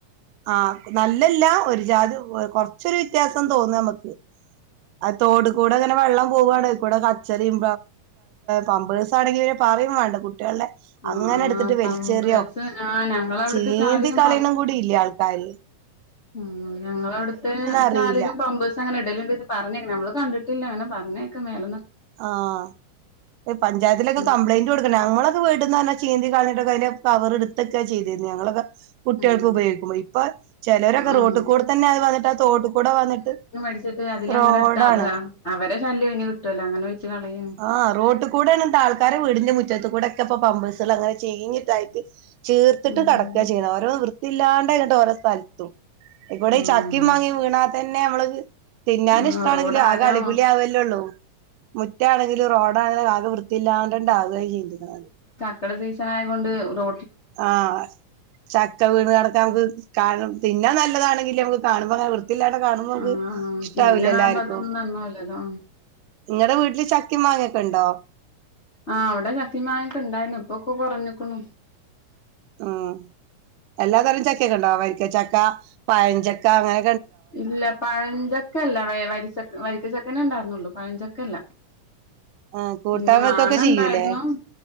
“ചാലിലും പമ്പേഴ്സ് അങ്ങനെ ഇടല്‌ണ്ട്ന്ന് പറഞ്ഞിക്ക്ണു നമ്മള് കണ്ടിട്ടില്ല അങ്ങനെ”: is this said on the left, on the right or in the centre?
Left